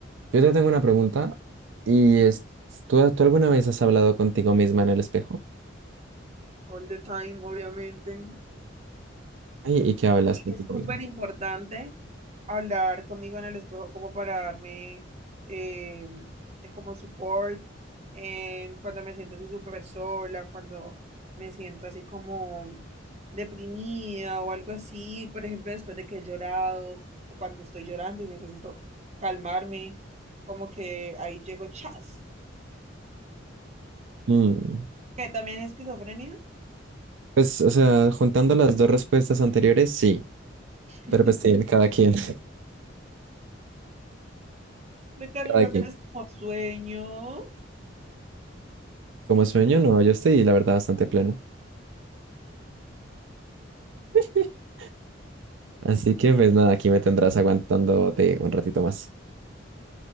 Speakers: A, on the right (about 75°); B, on the right (about 35°).
A: yo te tengo una pregunta y
B: Mm,
A: es, ¿tú, tú alguna vez has hablado contigo misma en el espejo?
B: All the time, obviamente.
A: Ay, ¿Y qué hablas contigo
B: Es súper
A: misma?
B: importante hablar conmigo en el espejo como para darme eh, eh, como support en cuando me siento así súper sola, cuando me siento así como deprimida o algo así, por ejemplo, después de que he llorado o cuando estoy llorando y necesito calmarme, como que ahí llego chas.
A: Mm,
B: que también es esquizofrenia.
A: Pues, o sea, juntando las dos respuestas anteriores, sí,
B: <laughs>
A: pero pues sí, cada quien, <laughs>
B: Ricardo,
A: cada
B: no
A: quien.
B: tenés como sueño.
A: Como sueño, no, yo estoy, la verdad, bastante pleno. <laughs> Así que pues nada, aquí me tendrás aguantándote un ratito más.